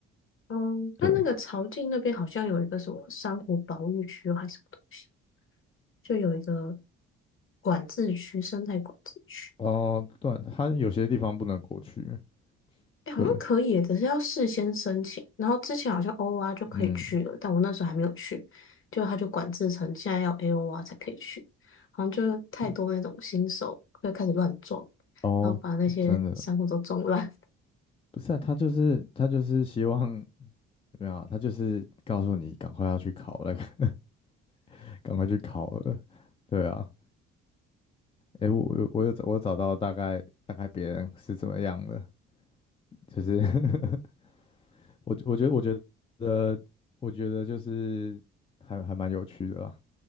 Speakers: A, on the left; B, on the left.
A: 嗯，
B: 对，
A: 它那个潮境那边好像有一个什么珊瑚保育区还是什么东西，就有一个管制区，生态管制区。
B: 哦，对，它有些地方不能过去，
A: 哎，好像可以耶只是要事先申请。
B: 对，
A: 然后之前好像 O R 就可以去了，
B: 嗯，
A: 但我那时候还没有去，就他就管制成现在要 AOR 才可以去，好像就是太多那种新手会开始乱撞，
B: 嗯哦，
A: 然后把那些珊瑚都撞烂。
B: 真的不是啊，他就是他就是希望。没有啊，他就是告诉你赶快要去考那个，赶快去考了。对啊，诶，我我我有找我找到大概大概别人是怎么样的，就是 <laughs> 我我觉得我觉得我觉得就是还还蛮有趣的啦，